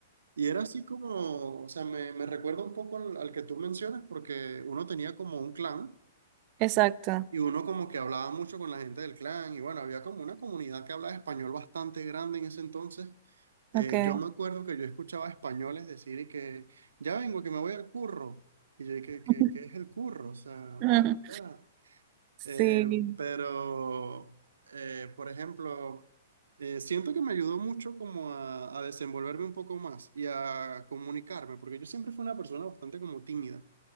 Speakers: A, on the right; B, on the right.
A: Y era así como, o sea, me, me recuerda un poco al al que tú mencionas, porque uno tenía como un clan.
B: exacto.
A: Y uno como que hablaba mucho con la gente del clan y bueno, había como una comunidad que hablaba español bastante grande en ese entonces. Eh,
B: Ok.
A: yo me acuerdo que yo escuchaba españoles decir y que ya vengo, que me voy al curro. Y yo, ¿qué, qué,
B: <laughs>
A: qué es el curro? O sea,
B: Ujú.
A: what is that? Eh,
B: Sí,
A: pero, eh, por ejemplo, eh, siento que me ayudó mucho como a, a desenvolverme un poco más y a comunicarme, porque yo siempre fui una persona bastante como tímida